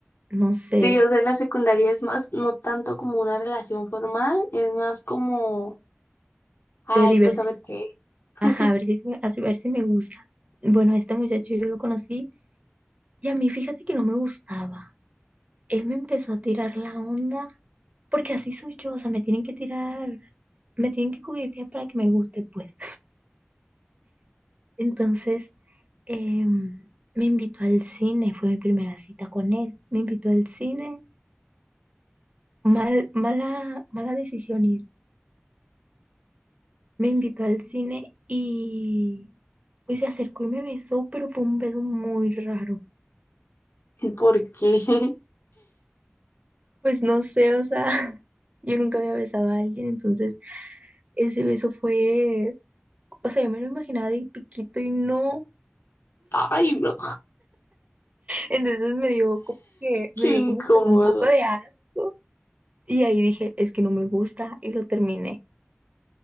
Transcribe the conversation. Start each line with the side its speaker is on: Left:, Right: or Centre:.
Right: no sé,
Left: Sí, o sea, en la secundaria es más, no tanto como una relación formal, es más como, ay,
Right: de diversidad.
Left: pues a ver qué, <laughs>
Right: Ajá, a ver si, me- a si, ver si me gusta. Bueno, a este muchacho yo lo conocí y a mí fíjate que no me gustaba. Él me empezó a tirar la onda, porque así soy yo, o sea, me tienen que tirar, me tienen que coquetear para que me guste, pues. Entonces, em, me invitó al cine, fue mi primera cita con él. Me invitó al cine, mal, mala, mala decisión ir. Me invitó al cine y pues se acercó y me besó, pero fue un beso muy raro.
Left: ¿por qué? <laughs>
Right: Pues no sé, o sea, <laughs> yo nunca había besado a alguien, entonces ese beso fue, o sea, yo me lo imaginaba de piquito y no.
Left: Ay, no,
Right: Entonces me dio como que, me
Left: qué
Right: dio
Left: incómodo.
Right: como que un poco de asco. Y ahí dije, es que no me gusta y lo terminé.